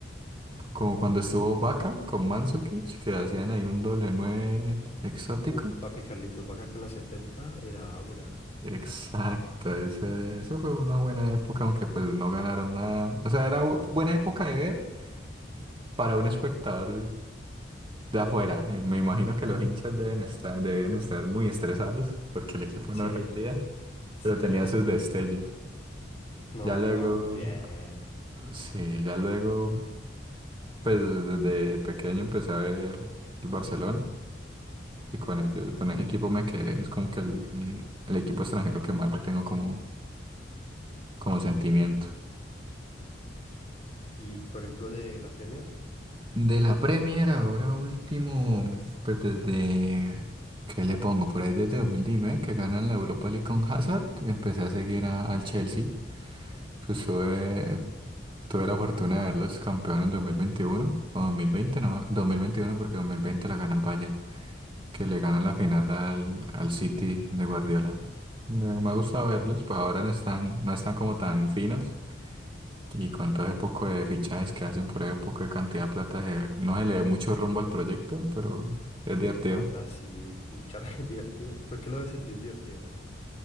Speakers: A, on the right; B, on the left.
A: Como cuando estuvo Vaca con Mandzukic, que hacían ahí un doble nueve exótico.
B: Uf, papi Carlitos Vaca con la 70 era Aura.
A: Exacto, ese- eso fue una buena época, aunque pues no ganaron nada. O sea, era bu- buena época de ver para un espectador de afuera. Y me imagino que los hinchas deben estar, debían estar muy estresados porque el equipo
B: Sí,
A: no rendía,
B: sí.
A: pero tenía
B: <laughs>
A: sus destellos.
B: No,
A: Ya
B: él
A: luego,
B: jugaba muy bien.
A: sí, ya luego, pues desde pequeño empecé a ver el Barcelona y con ello, con ese equipo me quedé. Es como que el, el- el equipo extranjero que más le tengo como, como sentimiento.
B: Y por ejemplo, de la Premier,
A: De la Premier ahora último, pues desde, ¿qué le pongo? Por ahí desde 2019 que ganan la Europa League con Hazard, empecé a seguir a- al Chelsea. Pues tuve, tuve la fortuna de verlos campeón en 2021 o 2020, no, me- 2021 porque 2020 la gana el Bayern, que le gana la final al, al City de Guardiola. Me, me ha gustado verlos, pues ahora no están, no están como tan finos y con todo ese poco de fichajes que hacen por ese poco de cantidad de plata, se- no se le ve mucho rumbo al proyecto, pero es
B: uy,
A: divertido.
B: la verdad sí, mucha <laughs> divertida. ¿Por qué lo sentís divertido?